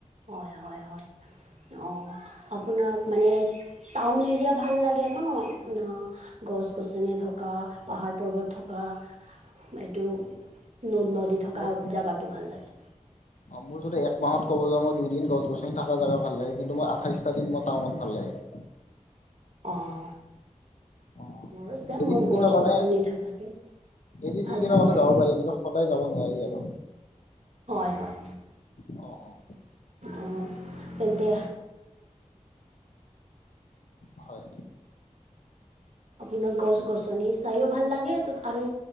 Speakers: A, on the right; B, on the left.
A: হয়, হয়, হয় অ', আপোনাক। মানে টাউন এৰিয়া ভাল লাগে ন, ন গছ গছনি গছনি থকা পাহাৰ পৰ্বত থকা এইটো ন নদী থকা
B: মোৰ
A: জাগাটো ভাল লাগে।
B: অ', মোৰ যদি এক মাহত ক'ব যাবা মই দুই দিন গছ-গছনি থকা জেগা ভাল লাগে, কিন্তু মই আঠাইশটা দিন মোৰ টাউনত ভাল লাগে।
A: অহ।
B: অ
A: মোৰ চেম
B: এদিন
A: মোৰ
B: দুদিনৰ
A: গছ-গছনি
B: কাৰণে
A: থকাটো
B: এদিন
A: ভাল
B: দুদিনৰ
A: লাগে
B: কাৰণে
A: আৰু।
B: যাব পাৰি কিন্তু সদায় যাব নোৱাৰি আৰু।
A: হয়, হয়।
B: অ', অ'।
A: অ', তেন্তে
B: হয়।
A: আপোনাৰ গছ- গছনি চাইও ভাল লাগে তাত আৰু